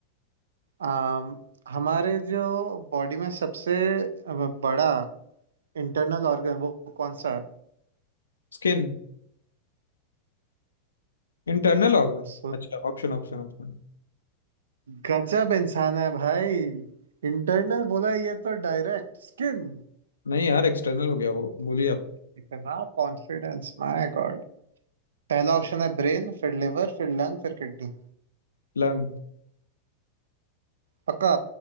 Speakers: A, on the right (about 65°); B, on the left (about 75°).
A: आम, हमारे जो बॉडी में सबसे बड़ा इंटरनल ऑर्गन वो कौन सा
B: स्किन इंटरनल होगा
A: है?
B: अच्छा ऑप्शन ऑप्शन ऑप्शन
A: गजब इंसान है भाई इंटरनल बोला ये तो डायरेक्ट स्किन
B: नहीं यार एक्सटर्नल हो गया वो बोलिए आप
A: इतना कॉन्फिडेंस माय गॉड पहला ऑप्शन है ब्रेन फिर लिवर फिर लंग फिर किडनी
B: लंग
A: पक्का